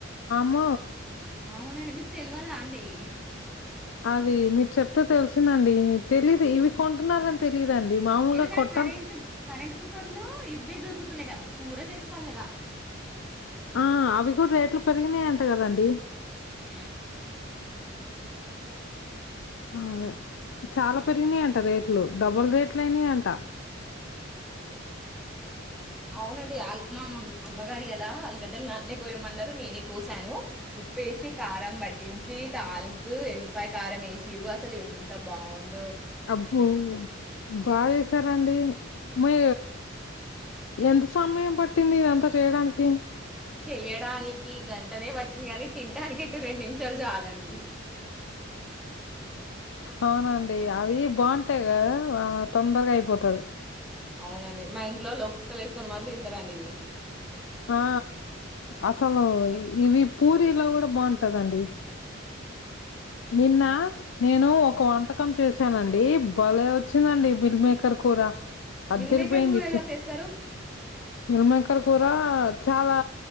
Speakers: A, on the left; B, in the centre.
A: మ్మ్
B: అవునండి మీకు తెలియదా అండి
A: అది మీరు చెప్తే తెలిసిందండి తెలీదు ఇవి కొంటున్నారని తెలీదండి మామూలుగా
B: ఎందుకంటే
A: కొట్టాలి
B: కరెం కరెంట్ కుక్కర్లు ఇవ్వే దొరుకుతు తునే కూర చేసుకోవాలి కదా
A: ఆ అవి కూడా రేట్లు పెరిగినాయి అంట కదండి
B: ఆ
A: అవును చాలా
B: హ్మ్.
A: పెరిగినాయి అంట రేట్ రట్లు డబుల్ రేట్లు అయినాయి అంట
B: అవునండి మా అమ్మగారు ఎలా అలుగడ్డలు నాన్నే కోయమన్నారు నేనే కోసాను ఉప్పేసి కారం పట్టించి తాలింపు ఎల్లిపాయ కారం వేసిరు అసలు ఎంత బాగుంది
A: అబ్బో బాయస్ సరే అండి మ ఎంత సమయం పట్టింది ఇదంతా చేయడానికి
B: చెయడానికి గంటనే పట్టింది గాని తింటానికి అయితే రెండు నిమిషాలు చాలండి అ
A: అవునండి అవి బాగుం టై కదా తొందరగై పోతది
B: అవునండి మా ఇంట్లో వాళ్ళు లొక్కలిస్కొని మరి తింటారండి ఇవి
A: ఆ అసలు ఇవి పూరీలో కూడా బాగుంటదండి నిన్న నేను ఒక వంట కం చేశానండి
B: నూనె,
A: బలే వచ్చిందండి
B: కారం.
A: మీల్ మిల్క్ ర్ కురా అదిరి
B: మిల్ మేకర్
A: పోఇంది
B: కూర ఎలా
A: చ్చ
B: చేస్తారు?
A: మిలమిల్కర్ కూర చాలా